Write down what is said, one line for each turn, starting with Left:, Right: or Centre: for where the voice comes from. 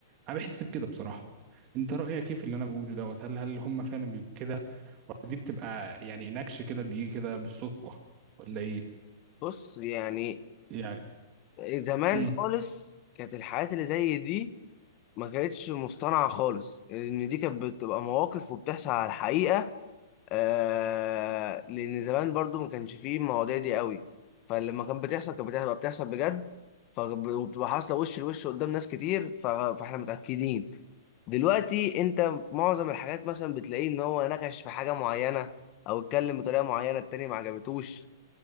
Right: انا بحس بكده بصراحه انت رايك ايه في اللي انا بقوله دوت هل هل هم فعلا بيبقوا كده ولا دي بتبقى يعني نكش كده بيجي كده بالصدفه ولا ايه
Left: بص يعني
Right: يعني
Left: زمان
Right: امم
Left: خالص كانت الحاجات اللي زي دي ما كانتش مصطنعه خالص ان دي كانت بتبقى مواقف وبتحصل على الحقيقه آه لان زمان برضو ما كانش فيه المواضيع دي قوي فلما كانت بتحصل كانت بتبقى بتحصل بجد فب- وبتبقى حاصله وش لوش قدام ناس كتير ف- فاحنا متاكدين دلوقتي انت معظم الحاجات مثلا بتلاقيه ان هو نكش في حاجه معينه او اتكلم بطريقه معينه التاني ما عجبتوش